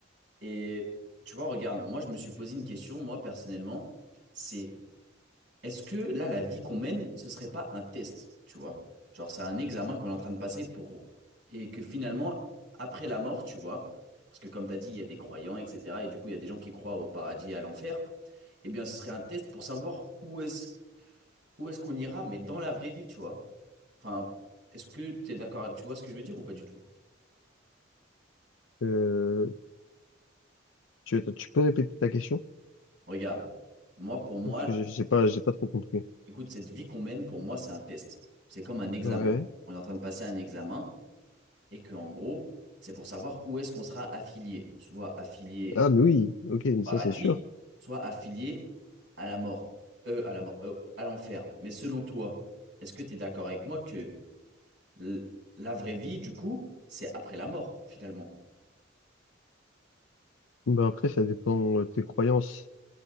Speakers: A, on the right (about 65°); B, on the left (about 80°).
A: Et tu vois, regarde, moi, je me suis posé une question, moi, personnellement. C'est Est-ce que là, la vie qu'on mène, ce serait pas un test, tu vois? Genre, c'est un examen qu'on est en train de passer pour... Et que finalement, après la mort, tu vois, parce que comme tu as dit, il y a des croyants, etc. Et du coup, il y a des gens qui croient au paradis et à l'enfer. Eh bien, ce serait un test pour savoir où est-ce où est-ce qu'on ira, mais dans la vraie vie, tu vois? Enfin, est-ce que tu es d'accord? Tu vois ce que je veux dire ou pas du tout?
B: Euh, tu, tu peux répéter ta question?
A: Regarde, moi, pour moi,
B: Parce que j'ai j'ai pas, j'ai pas trop compris.
A: écoute, cette vie qu'on mène, pour moi, c'est un test. C'est comme un examen.
B: Ouais.
A: On est en train de passer un examen. et que en gros, c'est pour savoir où est-ce qu'on sera affilié, soit affilié
B: Ah, mais oui, ok, mais
A: au paradis,
B: ça c'est sûr.
A: soit affilié à la mort, euh, à la mort, euh, à l'enfer. Mais selon toi, est-ce que tu es d'accord avec moi que l- la vraie vie, du coup, c'est après la mort, finalement?
B: Bah après, ça dépend de tes croyances